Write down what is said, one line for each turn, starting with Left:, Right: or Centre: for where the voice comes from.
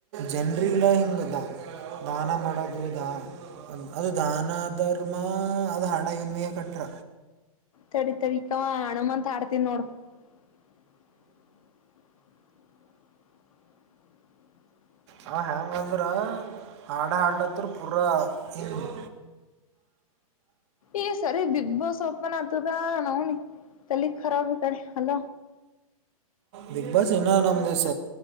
Right: ಜನ್ರಿಗೆಲ್ಲ ಹೆಂಗಗೆ ಗದ. ದಾನ ಮಾಡೋದು ದಾ. ಅದು ದಾನ ಧರ್ಮ ಅದು ಹಾಡ ಇವನ್ ಮಗೆ ಕಟ್ರ.
Left: ತಡಿ ತಡಿ ಹಣು ಅಡಮಾ ಅಂತ ಆಡ್ತೀನ್ ನೋಡು. ಹಮ್ಮ್.
Right: ಅವ ಹೆಂಗ ಅಂದ್ರ ಹಾಡು ಹಾಡ್ತ್ ಪೂರ ಹಿಂದ. <inaudible>
Left: ಈ ಸರಿ ಬಿಗ್ ಬಾಸ್ ಓಪನ್ ಆತದಾ ನೋನಿ ತಲಕ್ಖರಾಬ್ ಕಡೆ ಅಲ.
Right: ಬಿಗ್ ಬಾಸ್ ಇನ್ನ ನಮ ದ ಸ